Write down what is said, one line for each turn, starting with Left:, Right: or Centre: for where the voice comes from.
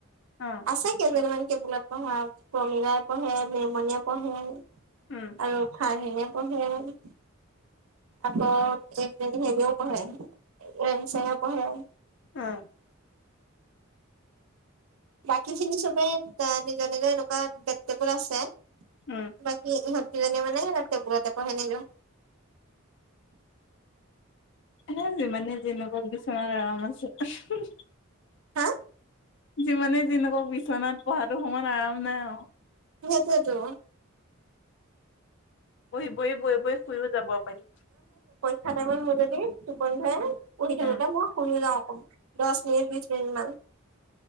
Left: অ।
Right: আছে কেইজনীমান টেবুলত পঢ়া প্ৰমীলাই পঢ়ে, নেমণিয়ে পঢ়ে।
Left: উম।
Right: আৰু খাৰ সেইনে পঢ়ে। আকৌ হেৰিও পঢ়ে ৰেং চেং এ পঢ়ে।
Left: অ,
Right: বাকী খিনি চবেই এটা নিজৰ নিজৰ এনেকুৱা বেট টেবুল আছে।
Left: উম!
Right: বাকী ইহঁত কেইজনীয়ে মানে টেবুলতে পঢ়ে নিজৰ।
Left: এ যিমানে যেনেকুৱা বিছনাত আৰাম আছে।
Right: হা
Left: যিমানে যি নকক বিচনাত পঢ়াতো সমান আৰাম নাই আও।
Right: সেইটোৱেটো।
Left: পঢ়ি, পঢ়ি, বৈ বৈ শুইও যাব পাৰি।
Right: ঠটামান মোৰ যদি টোপনি ধৰে পঢ়ি থাকোতে
Left: উম
Right: মই শুইও যাওঁ অকমান। দহ মিনিট, বিশ মিনিট মান।